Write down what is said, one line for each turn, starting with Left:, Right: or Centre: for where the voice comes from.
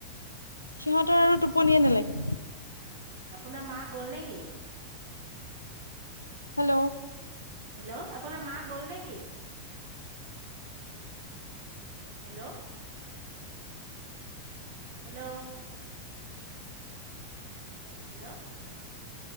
Left: সিহঁতৰ আৰু টোপনিয়ে নালাগে।
Right: অ আপোনাৰ মা গ'ল নেকি?
Left: হেল্ল'!
Right: হেল্ল' আপোনাৰ মাঁ গ'ল নেকি? হেল্ল'! হেল্ল'! হেল্ল'!